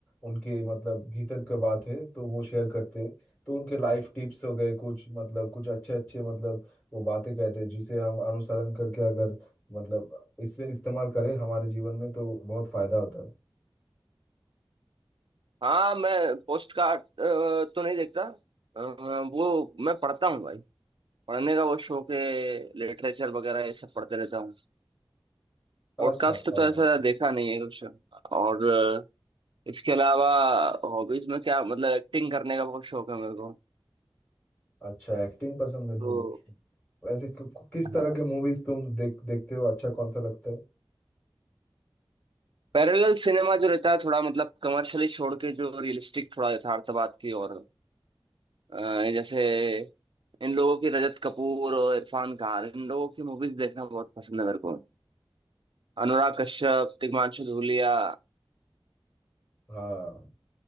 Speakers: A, on the left; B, on the right.
A: उनके मतलब भीतर का बात है तो वो शेयर करते हैं। तो उनके लाइफ टिप्स हो गए कुछ मतलब कुछ अच्छे अच्छे मतलब वो बातें कहते हैं जिसे हम अनुसरण करके अगर मतलब इसे इस्तेमाल करें हमारे जीवन में तो बहुत फायदा होता है
B: हाँ मैं पोस्ट कार्ड अ, तो नहीं देखता अ, वो मैं पढ़ता हूँ भाई पढ़ने का वो शौक है लिटरेचर वगैरह ये सब पढ़ते रहता हूँ पॉडकास्ट
A: अच्छा पढ़ना
B: तो ऐसा देखा नहीं है कुछ और इसके अलावा हॉबीज में क्या मतलब एक्टिंग करने का बहुत शौक है मेरे को
A: अच्छा एक्टिंग पसंद है
B: तो
A: तुम्हें वैसे कि, किस तरह
B: हाँ
A: के मूवीज तुम देख देखते हो अच्छा कौन सा लगता है
B: पैरेलल सिनेमा जो रहता है थोड़ा मतलब कमर्शियली छोड़ के जो रियलिस्टिक थोड़ा यथार्थवाद की और अ, जैसे इन लोगों की रजत कपूर और इरफान खान इन लोगों की मूवीज देखना बहुत पसंद है मेरे को अनुराग कश्यप तिग्मांशु धूलिया
A: हाँ